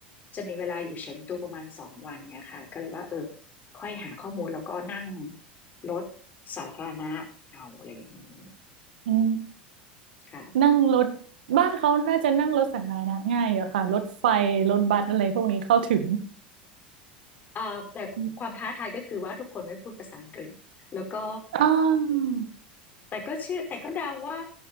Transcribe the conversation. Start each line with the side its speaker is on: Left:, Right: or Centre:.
Left: จะมีเวลาอยู่เฉิงตูประมาณสองวันไงค่ะก็เลยว่าเออค่อยหาข้อมูลแล้วก็นั่งรถสาธารณะเอาอะไรอย่างนี้
Right: อืม
Left: ค่ะ
Right: นั่งรถบ้านเขาน่าจะนั่งรถสาธารณะง่ายอะค่ะรถไฟรถบัสอะไรพวกนี้เข้าถึง
Left: อ่าแต่ความท้าทายก็คือว่าทุกคนไม่พูดภาษาอังกฤษแล้วก็
Right: อมอาว
Left: แต่ก็เชื่อแต่ก็เดาว่า